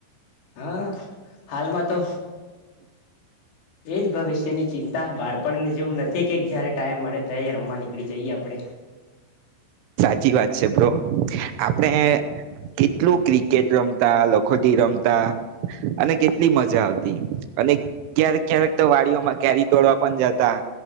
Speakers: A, on the left; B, on the right.
A: હા. હાલમાં તો એ જ ભવિષ્યની ચિંતા બાળપણને જેવું નથી કે જ્યારે ટાઈમ મળે એ રમવા નીકળી જઈએ આપડે.
B: સાચી વાત બ્રો, આપણે કેટલું ક્રિકેટ રમતા લખોટી રમતા અને કેટલી મજા આવતી, અને ક્યારેક ક્યારેક તો વાડીઓમાં કરી તોડવા પણ જતા,